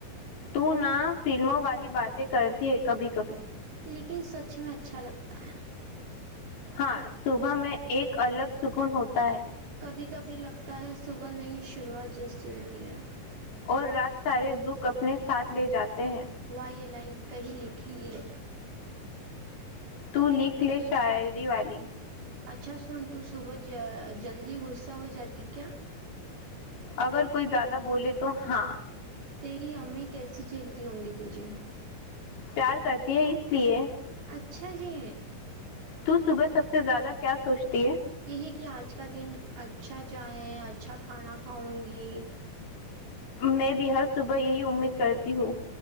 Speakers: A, on the left (about 85°); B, on the right (about 85°).
A: تو نہ فلموں والی باتیں کرتی ہے کبھی کبھی
B: لیکن سچ میں اچھا لگتا ہے
A: ہاں صبح میں ایک الگ سکون ہوتا ہے
B: کبھی کبھی لگتا ہے صبح نہیں شروعات جیسی ہوتی ہے
A: اور رات سارے دکھ اپنے ساتھ لے جاتے ہیں
B: و یہ لائن کہیں لکھی لے
A: ت لکھ لے شاعری والی
B: اچھا سن تو صبح جلدی غصہ ہو جاتی کیا
A: اگر کوئی زیادہ بولے تو ہاں
B: تیری امی کیسی جھیلتی ہوں گی تجھے
A: پیار کرتی ہے اس لیے
B: اچ چھا جی
A: تو صبح سب سے زیادہ کیا سوچتی ہے
B: یہی کہ آج کا دن اچھا جائے اچھا کھانا کھاؤں گی
A: میں بھی ہر صبح یہی امید کرتی ہوں